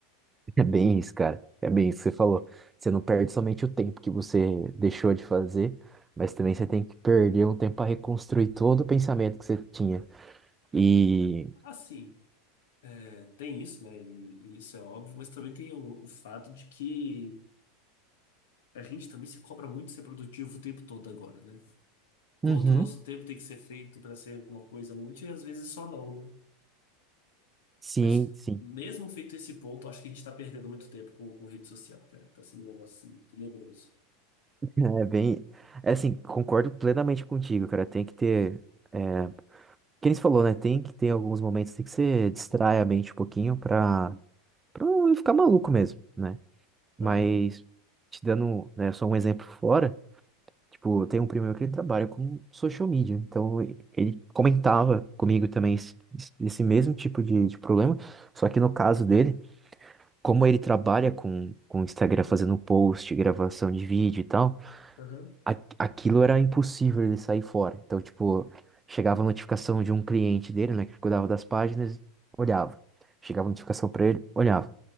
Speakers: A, on the right; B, on the left.
A: <laughs> É bem isso, cara. É bem isso que você falou. Você não perde somente o tempo que você deixou de fazer, mas também você tem que perder um tempo para reconstruir todo o pensamento que você tinha. E.
B: Assim, é, tem isso, né? E, e isso é óbvio, mas também tem o, o fato de que a gente também se cobra muito ser produtivo o tempo todo agora, né? todo
A: Uhum.
B: o nosso tempo tem que ser feito para ser alguma coisa útil e às vezes só não, né?
A: Sim,
B: Mas
A: sim.
B: mesmo feito esse ponto, acho que a gente está perdendo muito tempo com, com rede social, cara. Tá sendo um negócio assim, tenebroso.
A: É bem. É assim, concordo plenamente contigo, cara. Tem que ter. É, que eles falou, né? Tem que ter alguns momentos tem que você distrai a mente um pouquinho pra, pra não ficar maluco mesmo, né? Mas,
B: Aham,
A: te dando, né, só um exemplo fora, tipo, tem um primo meu que ele trabalha com social media. Então, ele comentava comigo também esse, esse mesmo tipo de, de problema. Só que no caso dele, como ele trabalha com, com o Instagram fazendo post, gravação de vídeo e tal.
B: aham,
A: a- aquilo era impossível ele sair fora. Então, tipo, chegava a notificação de um cliente dele, né, que cuidava das páginas, olhava. Chegava a notificação pra ele, olhava.